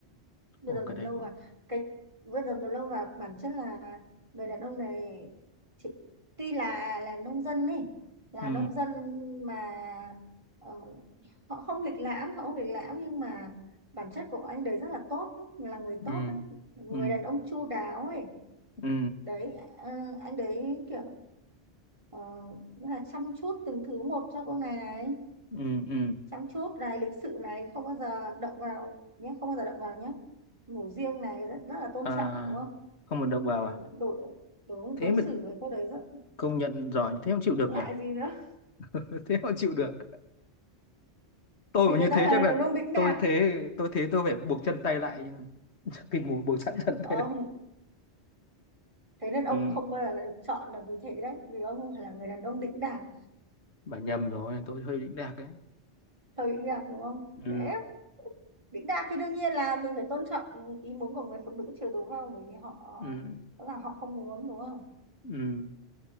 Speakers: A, on the right; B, on the left.
A: mưa
B: ồ
A: dầm
B: cái
A: thấm
B: đấy
A: lâu
B: cũng-
A: và cái mưa dầm thấm lâu và bản chất là người đàn ông này chị tuy là là nông dân ấy là
B: ừ
A: nông dân mà ờ, họ không lịch lãm họ không lịch lãm nhưng mà bản chất của anh đấy rất là tốt ấy, là người tốt
B: ừ
A: ấy, người
B: ừ
A: đàn ông chu đáo ấy
B: ừ
A: đấy ờ, anh đấy kiểu ờ, ờ, nghĩa là chăm chút từng thứ một cho cô này này
B: ừ ừ
A: chăm chút này lịch sự này không bao giờ động vào nhé không bao giờ động vào nhé ngủ riêng này rất rất là tôn
B: à
A: trọng đúng không
B: không một động vào
A: ừ,
B: à
A: đối, đối
B: thế
A: đối
B: mà
A: xử với cô đấy rất
B: công nhận giỏi thế mà chịu được
A: lại
B: nhỉ
A: gì nữa
B: <laughs> thế mà chịu được tôi
A: thì
B: mà
A: người
B: như
A: ta
B: thế
A: là
B: chắc là
A: đàn ông đĩnh
B: tôi
A: đạc
B: thế tôi thế tôi phải buộc chân tay lại nhưng mà <laughs> kinh ngủ buộc sẵn chân
A: không
B: tay
A: thế nên ông
B: ừ,
A: không bao giờ là được chọn là vì thế đấy vì ông không phải là người đàn ông đĩnh đạc
B: bà nhầm rồi tôi hơi đỉnh đạc đấy
A: hơi đĩnh đạc đúng không
B: ừ,
A: thế đĩnh đạc thì đương nhiên là mình phải tôn trọng ý muốn của người phụ nữ chứ đúng không bởi vì họ
B: ừ,
A: rõ ràng họ không muốn đúng không
B: ừ,